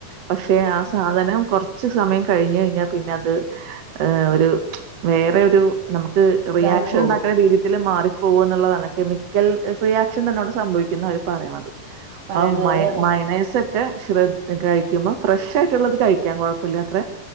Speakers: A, on the right; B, on the right.
A: പക്ഷെ ആഹ് സാധനം കൊറച്ച് റച്ച് സമയം കഴിഞ്ഞ് കഴിഞ്ഞാ പിന്നെ അത് ഏഹ് ഒരു വേറൊരു നമുക്ക്
B: ഇതായി
A: റിയാക്ഷൻ
B: പോകും
A: ഇണ്ടാക്കുന്ന രീതിത്തില് മാറി പോകുവെന്നുള്ളതാണ് കെമിക്കൽ റിയാക്ഷൻ തന്നെ അവിടെ സംഭവിക്കുന്നാ അവര് പറയണത്
B: പറയണത്
A: ആഹ് മ
B: അതേതാ
A: മായോണൈസൊ ക്കെ കഴിക്കുമ്പം ഫ്രഷായിട്ടുള്ളത് കഴിക്കാം കൊഴപ്പില്ലാത്രെ